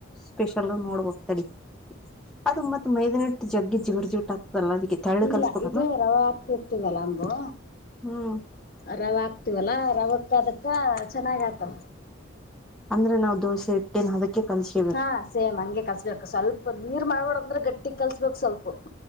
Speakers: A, in the centre; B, on the left (about 50°).
A: ಸ್ಪೆಷಲ್
B: ಹ್ಮ್
A: ನೋಡ್ಬೇಕು ತಡಿ. ಅದು ಮತ್ ಮೈದ ಇಟ್ಟು ಜಿುಗುಡ್ ಜಿಗುಡು ಆತದಲ್ಲ ಅದಕ್ಕೆ ತೆಳ್ಳಾಗ್
B: ಇಲ್ಲ
A: ಕಲ್ಸ್ಬೇಕ್
B: ಇದು ರವೆ ಹಾಕಿರ್ತೀವಲ್ಲ ಲಂಬೂ
A: ಹ್ಮ್
B: ರವೆ ಹಾಕ್ತೀವಲ್ಲ ಅದಕ್ಕೂ ಅದಕ್ಕೂ ಚೆನ್ನಾಗ್ ಆಗುತ್ತೆ
A: ಅಂದ್ರೆ ನಾವು ದೋಸೆ ಇಟ್ ಏನ್ ಅದಕ್ಕೆ ಕಳ್ಸಿದ್ದೆ
B: ಹಾ ಸೇಮ್ ಹಂಗೆ ಕಲ್ಸ್ಬೇಕು ಸ್ವಲ್ಪ ನೀರ್ ಮಾಡ್ಬೇಡ ಅಂದ್ರೆ ಗಟ್ಟಿಗ್ ಕಲ್ಸ್ಬೇಕ್ ಸ್ವಲ್ಪ